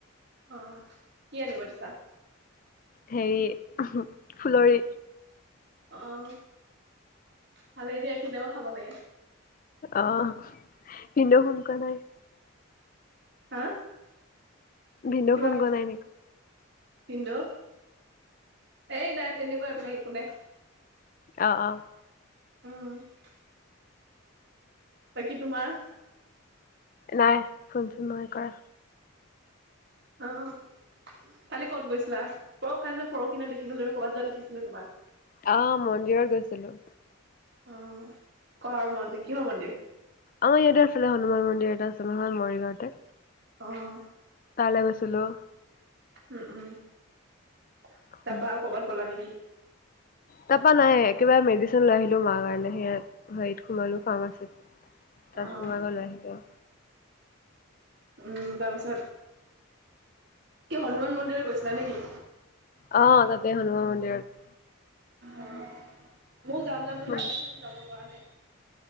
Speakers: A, on the right; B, on the left.
A: অ', কি আনিব দিছা?
B: হেৰি, ফুলৰি।
A: অ', ভালেই দে, এইখিনি টাইমত খাব লাগে।
B: আহ, ভিনদেউ ফোন কৰা নাই।
A: হা
B: ভিনদেউ
A: কিবা
B: ফোন
A: কৈছা?
B: কৰা নাই নেকি?
A: পিন্ধো এই নাই তেনেকুৱা একো নাই।
B: অ' অ'।
A: <inaudible> বাকী তোমাৰ?
B: নাই ফোনচোন নাই কৰা।
A: অ' কালি ক'ত গৈছিলা পৰ কালি নে পৰহিদিনা দেখিছিলো তুমি ক'ৰবাত যোৱা দেখিছিলো তোমাক।
B: অ' মন্দিৰত গৈছিলোঁ।
A: অ' ক'ৰ মন্দিৰ কিহৰ মন্দিৰ
B: আমাৰ ইয়াতে আছিলে হনুমান মন্দিৰ এটা আছিলে নহয় মৰিগাঁওতে।
A: অ'।
B: তালে গৈছিলোঁ।
A: উ-উনম তাৰপা
B: উম,
A: আৰু কৰ'বাত গ'লা নেকি?
B: তাৰ পৰা নাই একেবাৰে মেডিচিন লৈ আহিলো মাৰ কাৰণে সেয়াই। হেৰিত সোমালো ফাৰ্মাচীত তাত
A: অ',
B: সোমাই গৈ লৈ আহিলো।
A: উম, তাৰপিছত কি হনুমান মন্দিৰত গৈছিলা নেকি?
B: অ' তাতে হনুমান মন্দিৰত।
A: অ' ময়ো যাম যাম বুলি
B: উম,
A: ভাবি আছো যাব পৰা নাই।